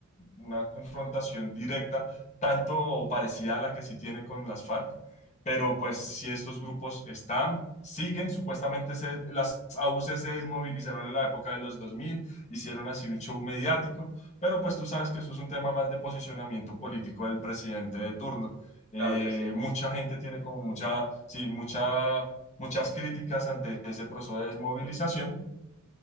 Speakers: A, on the left; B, on the right.
A: una confrontación directa, tanto o parecida a la que sí tiene con las FARC, pero pues si estos grupos están, siguen, supuestamente se- las AUC se desmovilizaron en la época de los dos mil hicieron así un show mediático, pero pues tú sabes que eso es un tema más de posicionamiento político del presidente de turno. Eh,
B: Claro que sí.
A: mucha gente tiene como mucha, sí, mucha, muchas críticas ante ese proceso de desmovilización.